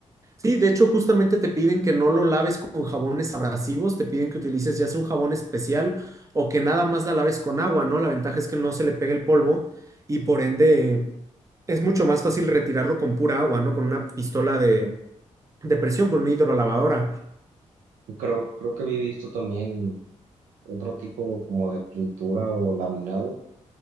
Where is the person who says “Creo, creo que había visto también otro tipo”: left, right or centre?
Right